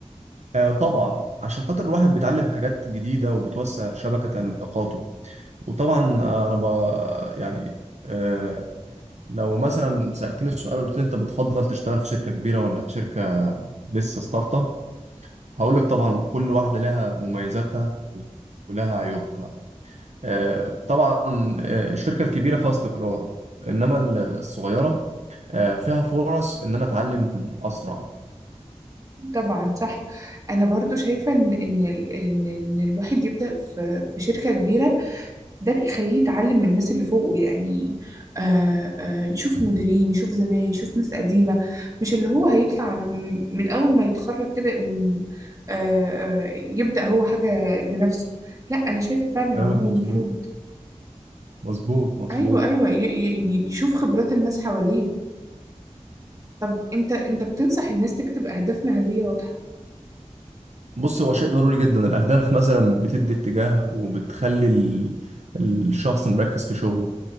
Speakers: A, on the right; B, on the right.
A: آه، طبعا عشان خاطر الواحد بيتعلم حاجات جديده وبتوسع شبكه علاقاته وطبعا آه، انا ب يعني آه، لو مثلا سالتني السؤال قلت لي انت بتفضل تشتغل في شركه كبيره ولا في شركه لسه ستارت اب هقول لك طبعا كل واحدة لها مميزاتها ولها عيوبها آه، طبعا آه، الشركة الكبيرة فيها استقرار إنما الصغيرة آه، فيها فرص إن أنا أتعلم أسرع
B: طبعا صح أنا برضو شايفة إن إن ال- إن إن الواحد يبدأ في في شركة كبيرة ده بيخليه يتعلم من الناس اللي فوقه يعني آه آه يشوف مديرين يشوف زمايل يشوف ناس قديمة مش اللي هو هيطلع من من أول ما يتخرج كده يقوم آه آه يبدأ هو حاجة بنفسه لا أنا شايفة فعلا إن
A: كلامك
B: هو
A: مظبوط
B: المفروض
A: مظبوط مظبوط
B: أيوه أيوه ي- ي- يشوف خبرات الناس حواليه طب أنت أنت بتنصح الناس تكتب أهداف مهنية واضحة
A: بص هو شيء ضروري جدا الأهداف مثلا بتدي اتجاه وبتخلي ال- الشخص مركز في شغله